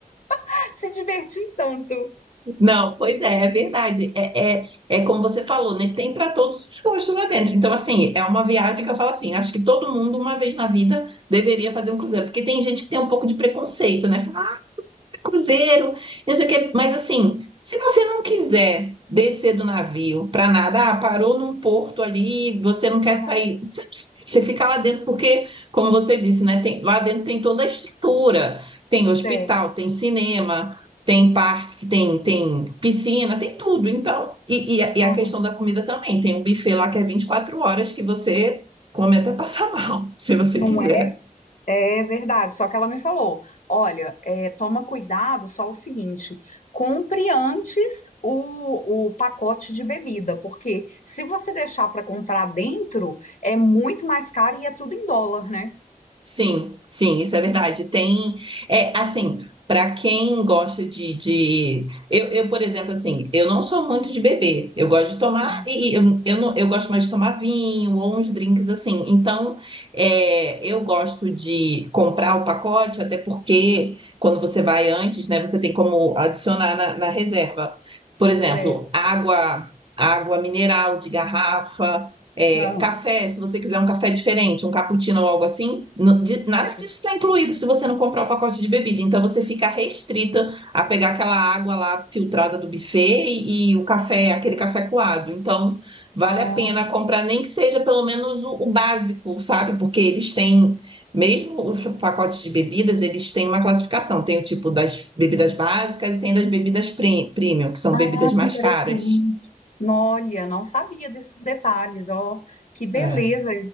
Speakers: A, on the left; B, on the right.
A: <laughs> se divertiu tanto.
B: Não, pois é, é verdade. É, é, é como você falou, né? Tem para todos os gostos lá dentro. Então, assim, é uma viagem que eu falo assim: acho que todo mundo, uma vez na vida, deveria fazer um cruzeiro. Porque tem gente que tem um pouco de preconceito, né? Fala, ah, esse cruzeiro, não sei o quê. Mas,
A: Ah,
B: assim, se você não quiser descer do navio para nada, ah, parou num porto ali, você não quer
A: Aham,
B: sair, você você fica lá dentro, porque, como você disse, né? Tem, lá dentro tem toda a estrutura: tem hospital,
A: é,
B: tem cinema tem parque, tem, tem piscina, tem tudo. Então, e, e a e
A: aham,
B: a questão da comida também. Tem um buffet lá que é 24 horas que você come até passar mal, <laughs> se você
A: não
B: quiser.
A: é. É verdade, só que ela me falou: olha, é, toma cuidado só o seguinte, compre antes o, o pacote de bebida, porque se você deixar para comprar dentro, é muito mais caro e é tudo em dólar, né?
B: Sim, sim, isso é verdade. Tem, é assim, para quem gosta de, de... Eu, eu, por exemplo, assim, eu não sou muito de beber. Eu gosto de tomar
A: Uhum.
B: e e eu, eu, não, eu gosto mais de tomar vinho ou uns drinks assim. Então, é, eu gosto de comprar o pacote, até porque quando você vai antes, né, você tem como adicionar na, na reserva. Por exemplo,
A: É.
B: água, água mineral de garrafa. É,
A: Ah,
B: café, se você quiser um café diferente, um cappuccino ou algo assim, n- de- nada
A: certo.
B: disso está incluído se você não comprar o pacote de bebida. Então você fica restrita a pegar aquela água lá filtrada do buffet e, e o café, aquele café coado. Então vale
A: ah,
B: a pena comprar, nem que seja pelo menos o, o básico, sabe? Porque eles têm, mesmo os pacotes de bebidas, eles têm uma classificação. Tem o tipo das bebidas básicas e tem das bebidas pre- premium, que são
A: ah,
B: bebidas mais
A: que interessante.
B: caras.
A: Nó, Olha, não sabia desses detalhes, ó, que beleza.
B: É,